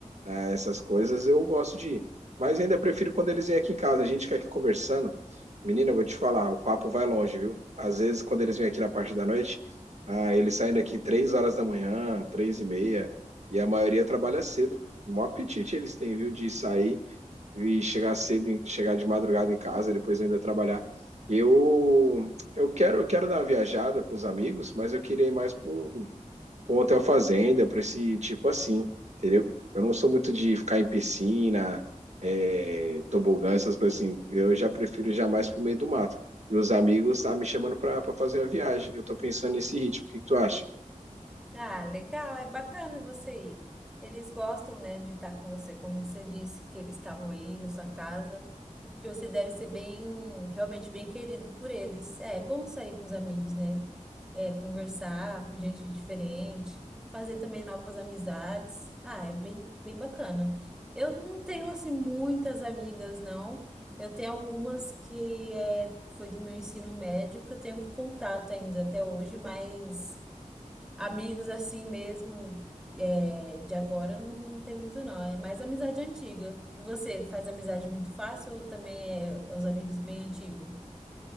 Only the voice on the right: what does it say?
eh, essas coisas, eu gosto de ir. Mas ainda prefiro quando eles vêm aqui em casa. A gente fica aqui conversando. Menina, eu vou te falar, o papo vai longe, viu? Às vezes, quando eles vêm aqui na parte da noite, ah, eles saem daqui três horas da manhã, três e meia, e a maioria trabalha cedo. O maior apetite eles têm, viu, de sair e chegar cedo, em- chegar de madrugada em casa, depois ainda trabalhar. Eu, eu quero, eu quero dar uma viajada com os amigos, mas eu queria ir mais para para um hotel fazenda, para esse tipo assim, entendeu? Eu não sou muito de ficar em piscina, é, tobogã, essas coisas assim. Eu já prefiro jamais pro meio do mato. E os amigos tá me chamando para fazer uma viagem. Eu tô pensando nesse ritmo. O que que tu acha?